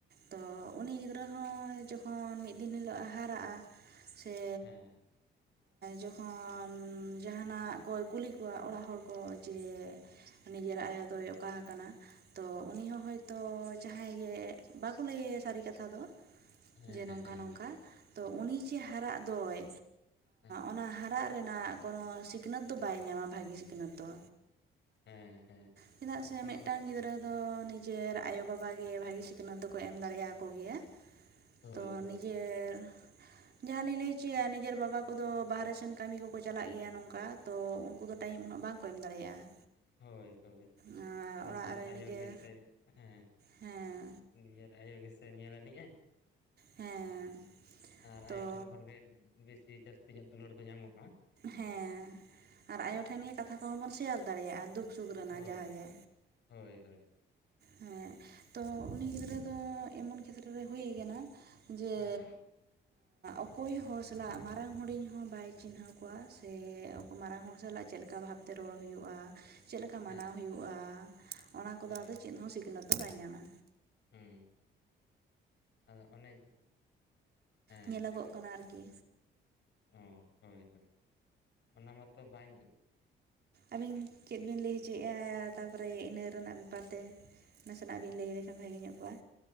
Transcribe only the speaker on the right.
ᱛᱚ ᱩᱱᱤ ᱜᱤᱫᱽᱨᱟᱹ ᱦᱚᱸ ᱡᱚᱠ ᱦᱚᱸ ᱢᱤᱫ ᱫᱤᱱ ᱦᱤᱞᱳᱜ ᱮ ᱦᱟᱨᱟᱜᱼᱟ ᱥᱮ
ᱡᱚᱠᱷᱚᱱ ᱡᱟᱦᱟᱱᱟᱜ ᱠᱚᱭ ᱠᱩᱞᱤ ᱠᱚᱣᱟ ᱚᱲᱟᱜ ᱦᱚᱲ ᱠᱚ ᱡᱮ ᱱᱤᱡᱮᱨ ᱟᱭᱳ ᱫᱚᱭ ᱚᱠᱟ ᱟᱠᱟᱱᱟ ᱛᱚ ᱩᱱᱤ ᱦᱚᱸ ᱦᱚᱭᱛᱚ ᱡᱟᱦᱟᱸᱭ ᱜᱮ ᱵᱟᱠᱚ ᱞᱟᱹᱭᱟ ᱥᱟᱹᱨᱤ ᱠᱟᱛᱷᱟ ᱫᱚ
ᱡᱮ
ᱱᱚᱝᱠᱟ ᱱᱚᱝᱠᱟ ᱛᱚ ᱩᱱᱤ ᱪᱮ ᱦᱟᱨᱟᱜ ᱫᱚᱭ
ᱚᱱᱟ ᱦᱟᱨᱟᱜ ᱨᱮᱱᱟᱜ ᱠᱚᱱᱚ ᱥᱤᱠᱷᱱᱟᱹᱛ ᱫᱚ ᱵᱟᱭ ᱧᱟᱢᱟ ᱵᱷᱟᱹᱜᱤ ᱥᱤᱠᱷᱱᱟᱹᱛ ᱫᱚ
ᱪᱮᱫᱟᱜ ᱥᱮ
ᱢᱤᱫᱴᱟᱝ
ᱜᱤᱫᱽᱨᱟᱹ ᱫᱚ ᱱᱤᱡᱮᱨ ᱟᱭᱳᱼᱵᱟᱵᱟ ᱜᱮ ᱵᱷᱟᱜᱤ ᱥᱤᱠᱷᱱᱟᱹᱛ ᱫᱚᱠᱚ ᱮᱢ ᱫᱟᱲᱮᱭᱟᱠᱚ ᱜᱮᱭᱟ
ᱛᱚ
ᱱᱤᱡᱮᱨ ᱡᱟᱦᱟᱸ ᱞᱤᱧ ᱞᱟᱹᱭ ᱚᱪᱚᱭᱟ ᱱᱤᱡᱮᱨ ᱵᱟᱵᱟ ᱠᱚᱫᱚ ᱵᱟᱨᱦᱮ ᱥᱮᱱ ᱠᱟᱹᱢᱤ ᱠᱚᱠᱚ ᱪᱟᱞᱟᱜ ᱜᱮᱭᱟ ᱱᱚᱝᱠᱟ ᱛᱚ ᱩᱱᱠᱩ ᱫᱚ ᱴᱟᱭᱤᱢ ᱩᱱᱟᱹᱜ ᱵᱟᱝ ᱠᱚ ᱮᱢ ᱫᱟᱲᱮᱭᱟᱜᱼᱟ
ᱟᱨ
ᱚᱲᱟᱜ ᱨᱮ
ᱱᱤᱡᱮᱨ
ᱦᱮᱸ
ᱦᱮᱸ
ᱛᱚ
ᱦᱮᱸ ᱟᱨ ᱟᱭᱳ ᱴᱷᱮᱱ ᱜᱮ ᱠᱟᱛᱷᱟ ᱠᱚᱦᱚᱸ ᱵᱚᱱ ᱥᱮᱭᱟᱨ ᱫᱟᱲᱮᱭᱟᱜᱼᱟ ᱫᱩᱠ ᱥᱩᱠ ᱨᱮᱱᱟᱜ
ᱡᱟᱦᱟᱸ ᱜᱮ
ᱦᱮᱸ ᱛᱚ ᱩᱱᱤ ᱜᱤᱫᱽᱨᱟᱹ ᱫᱚ ᱮᱢᱚᱱ ᱠᱷᱮᱛᱨᱮ ᱨᱮ ᱦᱩᱭ ᱠᱟᱱᱟ ᱡᱮᱻ
ᱚᱠᱚᱭ ᱦᱚᱲ ᱥᱟᱞᱟᱜ ᱢᱟᱨᱟᱝ ᱦᱩᱰᱤᱧ ᱦᱚᱸ ᱵᱟᱭ ᱪᱤᱱᱦᱟᱹᱣ ᱠᱚᱣᱟ ᱥᱮ ᱢᱟᱨᱟᱝ ᱦᱚᱲ ᱥᱟᱞᱟᱜ ᱪᱮᱫ ᱞᱮᱠᱟ ᱵᱷᱟᱵᱽᱛᱮ ᱨᱚᱲ ᱦᱩᱭᱩᱜᱼᱟ? ᱪᱮᱫ ᱞᱮᱠᱟ ᱢᱟᱱᱟᱣ
ᱦᱩᱭᱩᱜᱼᱟ? ᱚᱱᱟ ᱠᱚᱫᱚ
ᱟᱫᱚ ᱪᱮᱫ
ᱦᱚᱸ ᱥᱤᱠᱷᱱᱟᱹᱛ ᱫᱚ ᱵᱟᱭ ᱧᱟᱢᱟ
ᱧᱮᱞᱚᱜᱚᱜ ᱠᱟᱱᱟ ᱟᱨ ᱠᱤ
ᱟᱹᱵᱤᱱ ᱪᱮᱫ ᱵᱤᱱ ᱞᱟᱹᱭ ᱦᱚᱪᱚᱭᱮᱫᱼᱟ ᱛᱟᱨᱯᱚᱨᱮ ᱤᱱᱟᱹ ᱨᱮᱱᱟᱜ ᱵᱮᱯᱟᱨ ᱛᱮ? ᱱᱟᱥᱮᱱᱟᱜ ᱵᱤᱱ ᱞᱟᱹᱭ ᱞᱮᱠᱷᱟᱱ ᱵᱷᱟᱜᱮ ᱧᱚᱜ ᱠᱚᱜᱼᱟ